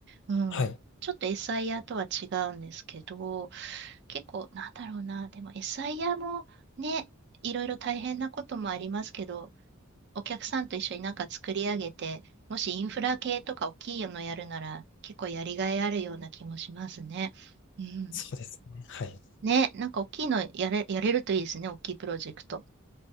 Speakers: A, on the right; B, on the left.
A: うん。
B: はい。
A: ちょっと SIR とは違うんですけど、結構、なんだろうな、でも SIR もね、いろいろ大変なこともありますけど、お客さんと一緒になんか作り上げて、もしインフラ系とか大きいのやるなら、結構やりがいあるような気もしますね。うん。
B: そうですね。はい。
A: ね、なんか大きいのやれ、やれるといいですね、大きいプロジェクト。